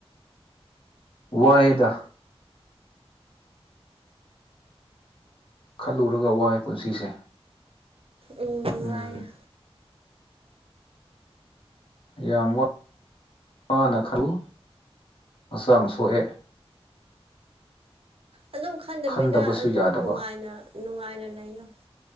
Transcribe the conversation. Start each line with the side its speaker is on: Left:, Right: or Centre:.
Left: ꯋꯥꯏꯗ꯫ ꯈꯜꯂꯨꯔꯒ ꯋꯥꯏ ꯄꯨꯟꯁꯤꯁꯦ꯫
Right: ꯎꯝ
Left: ꯎꯝ
Right: ꯋꯥꯏꯌꯦ꯫
Left: ꯌꯥꯝ ꯋꯥ <inaudible> ꯋꯥꯅ ꯈ <inaudible> ꯁꯨ ꯍꯛꯆꯥꯡ ꯁꯣꯛꯑꯦ꯫
Right: ꯑꯗꯨꯝ ꯈꯟꯗꯕꯤꯗ
Left: ꯈꯟꯗꯕꯁꯨ
Right: ꯑꯗꯨꯝ
Left: ꯌꯥꯗꯕ
Right: ꯅꯨꯡꯉꯥꯏꯅ ꯅꯨꯡꯉꯥꯏꯅ ꯂꯩꯌꯣ꯫